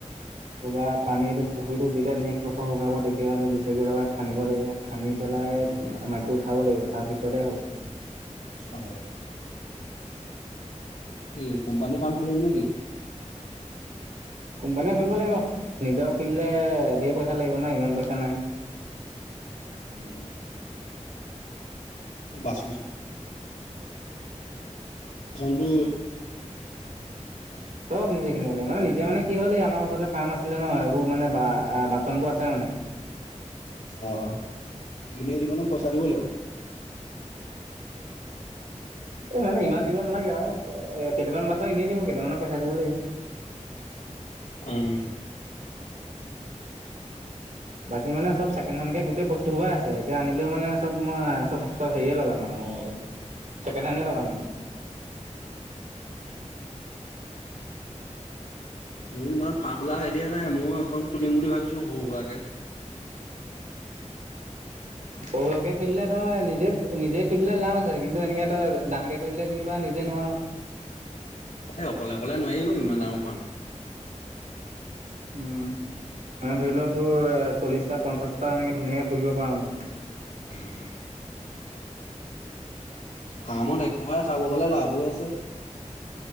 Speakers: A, on the right; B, on the left.
A: পূৰা পানীটো পুখুৰীটো যেতিয়া নেক্সট বছৰ শুকাব তেতিয়া সেটো জেচেপি লগাই খানিব লাগিব। খানি পেলাই
B: অ'।
A: মাটি উঠাব লাগিব তাৰপিছতে হ'ব।
B: অ্। কি কোম্পানী ফাৰ্ম খুলিবি নেকি?
A: কোম্পানীয়ে খুলিব লাগিব, নিজৰ খুলিলে ধেৰ পইচা লাগিব ন' ইমান পইচা নাই।
B: উম্ এ বাচন চনতো
A: চব নিজে কিনিব লাগিব মানে নিজে মানে কি হ'ল এই আমাৰ ওচৰতে ফাৰ্ম আছিলে ন এইবোৰ মানে বা বাচনবোৰ আছে মানে।
B: অ, এনে দিব নে পইচা দিব লাগিব?
A: এই মানে ইমান দিব নালাগে আৰু এ কেইটামান বাছন এনেই দিব কেইটামানৰ পইচা দিব লাগিব।
B: উম।
A: বাকী মানে চব ছেকেণ্ড হেণ্ডকে গোটেই বস্তু সোপাই আছে এতিয়া আনিলে মানে চব মই <unintelligible> চব হেৰিয়ে লগাম আৰু ছেকেণ্ড হেণ্ডেই লগাম মানে।
B: মোৰ ইমান ফাৰ্ম খোলা আইডিয়া নাই, ময়ো এখন খুলিম বুলি ভাবিছো সৰু সুৰাকে।
A: সৰু সুৰাকে খুলিলে তই নিজে নিজে খুুলিলে লাভ আছে কিন্তু এনেকে তই দাঙকে ধৰিলে যেনিবা নিজে নোৱাৰা।
B: এ অকলে অকলে নোৱাৰি অ ইমান ডাঙৰ ফাৰ্ম।
A: উম মানে ধৰি লও তোৰ চল্লিশটা, পঞ্চাশটা এনেকে ধুনীয়াকে পুহিব পাৰা মানে।
B: উম। ফাৰ্মত এক প্ৰকাৰে চাব গ'লে লাভো আছে।